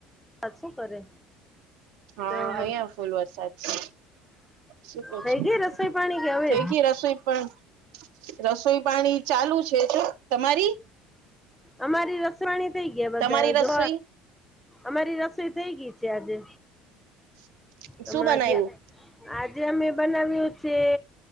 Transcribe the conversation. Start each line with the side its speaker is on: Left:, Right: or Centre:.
Centre: શું કરે
Right: હમ્મ
Centre: હા
Right: અહિયાં
Centre: હા
Right: ફૂલ વરસાદ છે. શું કરો
Centre: થઈ
Right: છો
Centre: ગઈ રસોઈ પાણી કે હવે
Right: થઈ ગઈ રસોઈ પણ રસોઈ પાણી ચાલુ છે જો તમારી?
Centre: અમારી રસવાની થઈ ગયા બધા
Right: તમારી
Centre: જો
Right: રસોઈ
Centre: અમારી રસોઈ થઈ ગઈ છે આજે.
Right: <inaudible>
Centre: હમણાં
Right: બનાવ્યું
Centre: જ્યાં આજે અમે બનાવ્યું. છે